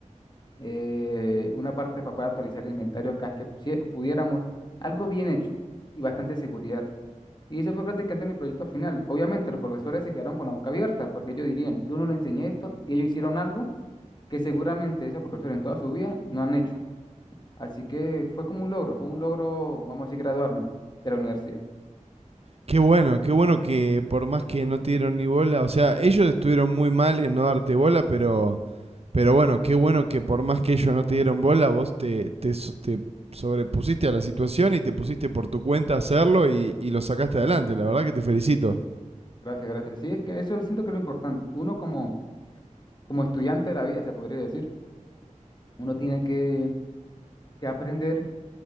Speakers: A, on the left; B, on the right.
A: eh, una parte para poder actualizar el inventario cada vez que pusie- pudiéramos. Algo bien hecho y bastante seguridad. Y eso fue prácticamente mi proyecto final. Obviamente los profesores se quedaron con la boca abierta porque ellos dirían, yo no le enseñé esto y ellos hicieron algo que seguramente esos profesores en toda su vida no han hecho. Así que fue como un logro, fue un logro, vamos a decir, graduarme de la universidad.
B: Qué bueno, qué bueno que por más que no te dieron ni bola, o sea, ellos estuvieron muy mal en no darte bola, pero Pero bueno, qué bueno que por más que ellos no te dieron bola, vos te, te, so- te sobrepusiste a la situación y te pusiste por tu cuenta a hacerlo y, y lo sacaste adelante. La verdad que te felicito.
A: Gracias, gracias. Sí, es que eso siento que es lo importante. Uno como, como estudiante de la vida, se podría decir, uno tiene que, que aprender